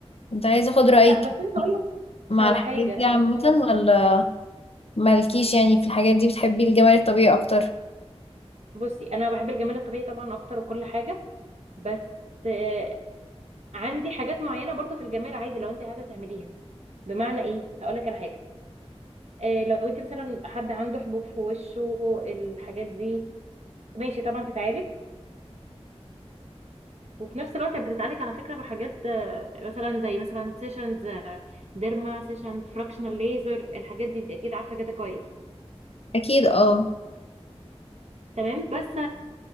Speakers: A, on the left; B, on the right.
A: كنت عايزه اخد رايك
B: لا بس انا هقول لك
A: مع
B: على
A: الحاجات
B: حاجه
A: دي
B: انا
A: عامه ولا مالكيش يعني في الحاجات دي بتحبي الجمال الطبيعي اكتر
B: بصي انا بحب الجمال الطبيعي طبعا اكتر وكل حاجه بس آه، عندي حاجات معينه برضو في الجمال عادي لو انتي عايزه تعمليها بمعنى ايه هقول لك على حاجه آه، لو انتي مثلا حد عنده حبوب في وشه الحاجات دي ماشي طبعا تتعالج وفي نفس الوقت بتتعالج على فكره بحاجات آه، مثلا زي مثلا سيشنز ديرما سيشن فراكشنال ليزر الحاجات دي انت اكيد عارفه جاتا كويس
A: اكيد اه
B: تمام بس